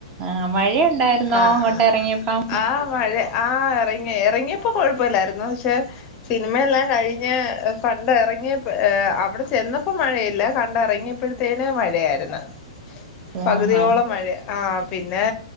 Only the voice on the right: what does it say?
ആ മഴയ ണ്ടായിരുന്നോ
അങ്ങോട്ട്
എറങ്ങിയപ്പം
ആഹ്